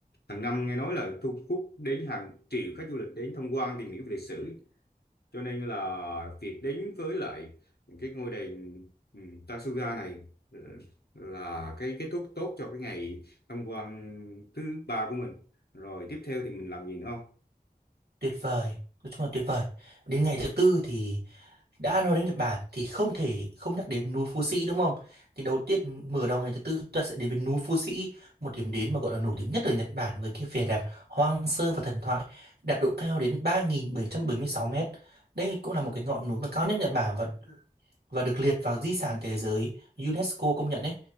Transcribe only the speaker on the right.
tuyệt vời nói chung là tuyệt vời đến ngày thứ tư thì đã nói đến Nhật Bản thì không thể không nhắc đến núi Phú Sĩ đúng không? Thì đầu tiên mở đầu ngày thứ tư ta sẽ đến với núi Phú Sĩ, một điểm đến mà gọi là nổi tiếng nhất ở Nhật Bản với cái vẻ đẹp hoang sơ và thần thoại, đạt độ cao đến 3.776 mét. Đây cũng là một cái ngọn núi mà cao nhất Nhật Bản và và được liệt vào di sản thế giới UNESCO công nhận ấy.